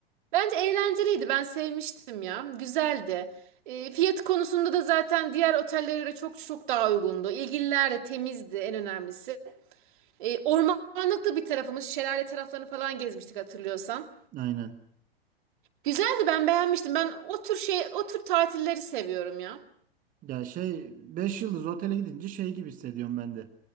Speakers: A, on the right; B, on the right.
A: Bence eğlenceliydi. Ben sevmiştim ya. Güzeldi. E, fiyat konusunda da zaten diğer otellere göre çok çok daha uygundu. İlgililer de temizdi en önemlisi. E, ormanlıkta bir tarafımız, şelale taraflarını falan gezmiştik hatırlıyorsan.
B: Aynen.
A: Güzeldi ben beğenmiştim. Ben o tür şey, o tür tatilleri seviyorum ya.
B: Ya şey 5 yıldız otele gidince şey gibi hissediyorum ben de.